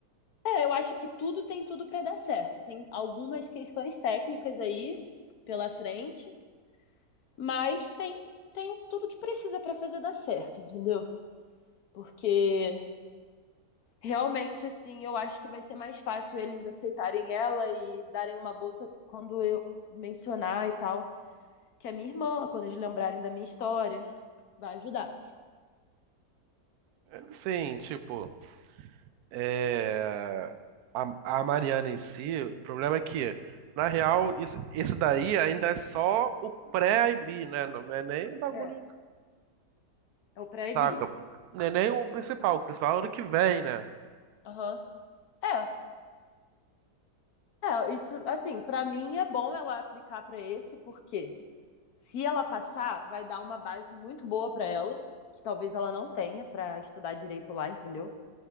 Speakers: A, on the left; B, on the right.
A: É, eu acho que tudo tem tudo pra dar certo. Tem algumas questões técnicas aí pela frente, mas tem, tem tudo que precisa pra fazer dar certo, entendeu? Porque Realmente, assim, eu acho que vai ser mais fácil eles aceitarem ela e darem uma bolsa quando eu mencionar e tal, que é minha irmã, quando eles lembrarem da minha história, vai ajudar.
B: É, Sim, tipo, é, a, a Mariana em si, o problema é que, na real, isso, esse daí ainda é só o pré-IB, né? Não, não é nem o bagulho,
A: É. É o pré-IB.
B: saca? Não é nem o principal, o principal é o ano que vem, né?
A: Aham. É, é, isso, assim, pra mim é bom ela aplicar pra esse, porque se ela passar, vai dar uma base muito boa pra ela, que talvez ela não tenha pra estudar direito lá, entendeu?